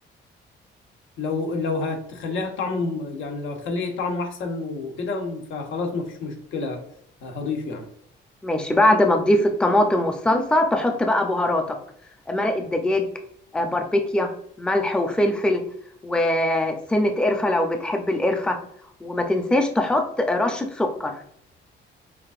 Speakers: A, on the left; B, in the centre.
A: لو لو هتخليها طعمه يعني لو هتخليه طعمه احسن وكده فخلاص مفيش مشكله هضيف يعني
B: ماشي بعد ما تضيف الطماطم والصلصة تحط بقى بهاراتك مرق الدجاج آه، باربيكيا ملح وفلفل وسنة قرفة لو بتحب القرفة وما تنساش تحط رشة سكر